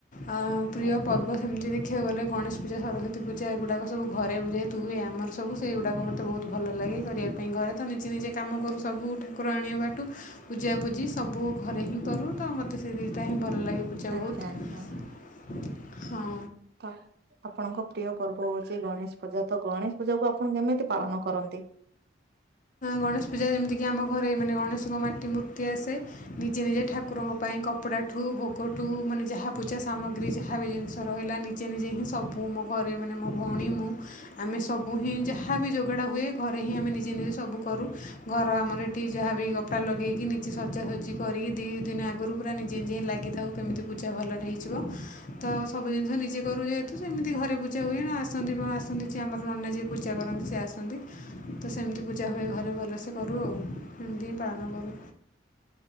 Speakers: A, on the left; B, on the right.
A: ଆ ପ୍ରିୟ
B: ଆଜ୍ଞା।
A: ପର୍ବ ସେମିତି ଦେ ଦେଖିବାକୁ ଗଲେ ଗଣେଶ ପୂଜା, ସରସ୍ଵତି ପୂଜା ଏୁଗୁଡ଼ାକ ସବୁ ଘରେ ଯେହେତୁ ହୁଏ ଆମର ସବୁ ସେଗୁଡ଼ା ମତେ ବହୁତ ଭଲ ଲାଗେ। ଲାଗେ କରିବା ପାଇଁ। ଘରେ ତ ନିଜେ ନିଜେ କାମ କରୁ ସବୁ ଠାକୁର ଆଣିବା ବାଟୁ ପୂଜାପୂଜି ସବୁ ଘରେ ହିଁ କରୁ ତ ମୋତେ ସେ ଦି ଟା ହିଁ ଭଲ ଲାଗେ ପୂଜା
B: ଆଚ୍ଛା
A: ବହୁତ।
B: ଆଚ୍ଛା।
A: ହଁ।
B: <inaudible> ଆପଣଙ୍କ ପ୍ରିୟ ପର୍ବ ହଉଚି ଗଣେଶ ପୂଜା। ତ ଗଣେଶ ପୂଜା କୁ ଆପଣ କେମିତି ପାଳନ କରନ୍ତି?
A: ଗଣେଶ ପୂଜା ଯେମିତି କିି ଆମ ଘରେ ମାନେ ଗଣେଶଙ୍କ ମା ଟି ମୂର୍ତ୍ତି ଆସେ। ନିଜେ ନିଜେ ଠାକୁରଙ୍କ ପାଇଁ କପଡ଼ା ଠୁ ଭୋଗ ଠୁ ମାନେ ଯାହା ପୂଜା ସାମଗ୍ରୀ ଗ୍ରି ଜାହାବି ଜିନିଷ ରହିଲା ନିଜେ ନିଜେ ହିଁ ସବୁ ମୋ ଘରେ, ମାନେ ମୋ ଭଉଣୀ ମୁ ଆମେ ସବୁ ହିଁ ଯାହାବି ଯୋ ସଜଡ଼ା ହୁଏ ଘରେ ହି ଆମେ ନିଜେ ନିଜେ ସ ସବୁ କରୁ। ଘର ଆମର ଏଠି ଯାହା ବି କପଡ଼ା ଲଗେଇକି ନିଜେ ସଜାସଜି କରିକି ଦି ଦିନ ଆଗରୁ ପୁରା ନିଜେ ନିଜେ ଲାଗିଥାଉ, କେମିତି ପୂଜା ଭଲରେ ହେଇିଯିବ। ତ ସବୁ ଜିନିଷ ନିଜେ କରୁ ଯେହେତୁ ସେମିତି ଘରେ ପୂଜା ହୁଏ। ନା ଆସନ୍ତି ଆସନ୍ତି ଯିଏ ଆମର ନନା ଯିଏ ପୂଜା କରନ୍ତି ସିଏ ଆସନ୍ତି। ତ ସେମିତି ପୂଜା ହୁଏ ଘରେ ଭଲସେ କରୁ ଆଉ। ଏମିତି ହିଁ ପାଳନ କରୁ।